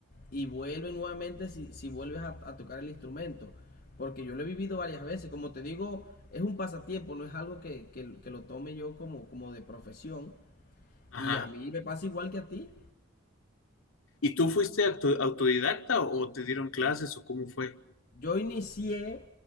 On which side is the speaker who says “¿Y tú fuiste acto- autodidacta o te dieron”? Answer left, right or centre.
Left